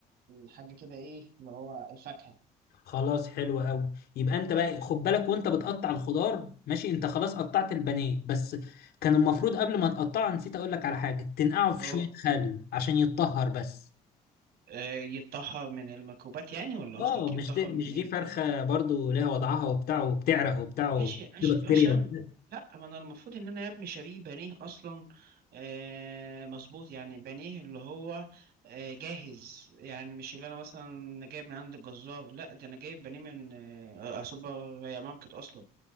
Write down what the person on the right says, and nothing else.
حاجة كده إيه اللي هو الفاكهة
اه
آه، يتطهر من الميكروبات يعني ولا قصدك
يتطهر
من
ايه
ماشي
ماشي
ماشي يا عم لا ما انا المفروض ان انا يا ابني شاريه بانيه اصلا آه مظبوط يعني بانيه اللي هو آه جاهز يعني مش اللي انا مثلا جايب من عند الجزار لا ده انا جايب بانيه من آه آه، سوبر ماركت اصلا